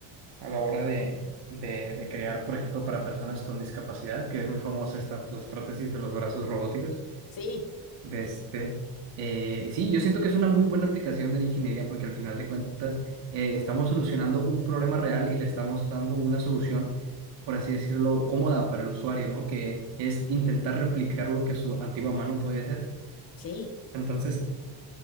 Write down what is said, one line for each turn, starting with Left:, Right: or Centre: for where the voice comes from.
Right: a la hora
Left: Ujú.
Right: de, de- de crear, por ejemplo, para personas con discapacidad, que es muy famosa esta, las prótesis de los brazos robóticos.
Left: Sí,
Right: De este, eh, sí, yo siento que es una muy buena aplicación de la ingeniería porque al final de cuentas eh, estamos solucionando un problema real y le estamos dando una solución, por así decirlo, cómoda para el usuario, ¿no? Que es intentar replicar lo que su antigua mano podía hacer.
Left: sí,
Right: Entonces,